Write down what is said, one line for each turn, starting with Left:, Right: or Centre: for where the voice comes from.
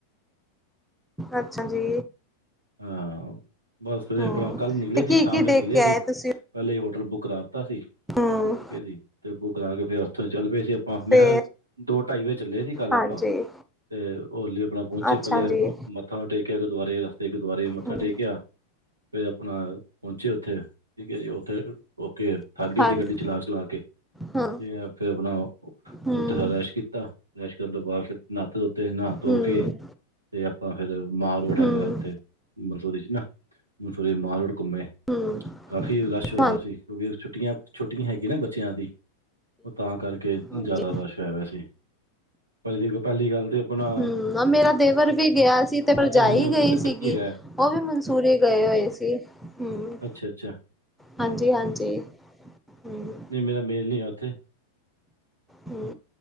Centre: ਅੱਛਾ ਜੀ
Right: ਹਾਂ, ਬਸ ਫੇਰ
Centre: ਹੂੰ
Right: ਆਪਣਾ ਕੱਲ੍ਹ ਨਿਕਲੇ
Centre: ਤੇ
Right: ਸੀ
Centre: ਕੀ
Right: ਸ਼ਾਮ
Centre: ਕੀ
Right: ਵੇਲੇ
Centre: ਦੇਖ
Right: ਨਿਕਲੇ
Centre: ਕੇ
Right: ਸੀ
Centre: ਆਏ ਤੁਸੀਂ
Right: ਪੇਲੇ ਈ ਹੋਟਲ ਬੁੱਕ ਕਰਾ ਤਾ ਸੀ ਠੀਕ
Centre: ਹੂੰ
Right: ਐ ਜੀ ਤੇ ਬੁਕ ਕਰਾ ਕੇ ਫੇਰ ਉੱਥੋਂ ਚੱਲ ਪਏ ਸੀ ਹਾਂ ਮੈ
Centre: ਫੇਰ
Right: ਹਾ, ਦੋ ਢਾਈ ਵਜੇ ਚੱਲੇ ਸੀ ਕੱਲ
Centre: ਹਾਂਜੀ
Right: ਆਪਾਂ ਤੇ ਹੋਲੀ ਆਪਣਾ ਪੌਂਚੇ
Centre: ਅੱਛਾ
Right: ਪੇਲੇ
Centre: ਜੀ
Right: ਮੱਥਾ ਟੇਕਿਆ ਗੁਰਦੁਆਰੇ ਵਾਸਤੇ ਗੁਰਦੁਆਰੇ ਮੱਥਾ
Centre: ਹੂੰ
Right: ਟੇਕ ਕੇ ਆ ਫਿਰ ਆਪਣਾ ਪੌਂਚੇ ਉੱਥੇ ਠੀਕ ਐ ਜੀ ਉੱਥੇ ਓਕੇ ਥੱਕ ਗਏ
Centre: ਹਾਂਜੀ
Right: ਸੀ ਗੱਡੀ ਚਲਾ-ਚਲਾ ਕੇ, ਤੇ
Centre: ਹਾਂ
Right: ਫਿਰ ਆਪਣਾ ਓ।
Centre: ਹੂੰ
Right: ਉੱਠਣ ਸਾਰ ਬਰੱਸ਼ ਕੀਤਾ, ਬਰੱਸ਼ ਕਰਨ ਤੋਂ ਬਾਅਦ ਫਿਰ ਨਾਤੇ ਧੋਤੇ ਨਾ ਧੋ
Centre: ਹੂੰ
Right: ਕੇ। ਤੇ ਆਪਾਂ ਫੇਰ ਮਾਰ ਰੋਡ ਹੈਗਾ।
Centre: ਹੂੰ
Right: ਉੱਥੇ ਮਨਸੂਰੀ ਚ ਨਾ ਮਸੂਰੀ ਮਾਲ ਰੋਡ ਘੁੰਮੇ
Centre: ਹੂੰ
Right: ਕਾਫੀ ਰਸ਼ ਹੋਇਆ
Centre: ਹਾਂਜੀ
Right: ਸੀ। ਕਿਉਂਕਿ ਛੁੱਟੀਆਂ-ਛੁੱਟੀਆਂ ਹੈਗੀਆਂ ਨਾ ਬੱਚਿਆਂ ਦੀ ਉਹ ਤਾਂ ਕਰਕੇ
Centre: ਹਾਂਜੀ
Right: ਜ਼ਿਆਦਾ ਰਸ਼ ਹੋਇਆ ਸੀ। ਦੇਖੋ ਪਹਿਲੀ ਗੱਲ ਤੇ ਆਪਣਾ,
Centre: ਹੂੰ ਮੇਰਾ ਦੇਵਰ ਵੀ ਗਿਆ ਸੀ ਤੇ ਭਰਜਾਈ
Right: ਅੱਛਾ ਹੁਣ
Centre: ਗਈ
Right: ਪਤਾ।
Centre: ਸੀਗੀ
Right: ਕੀ ਹੈਗਾ
Centre: ਉਹ ਵੀ ਮਨਸੂਰੀ ਗਏ ਹੋਏ ਸੀ। ਹੂੰ।
Right: ਅੱਛਾ ਅੱਛਾ
Centre: ਹਾਂਜੀ, ਹਾਂਜੀ ਹੂੰ।
Right: ਨਈ ਮੇਰਾ ਮੇਲ ਨੀ ਹੈ ਉੱਥੇ।
Centre: ਹੂੰ।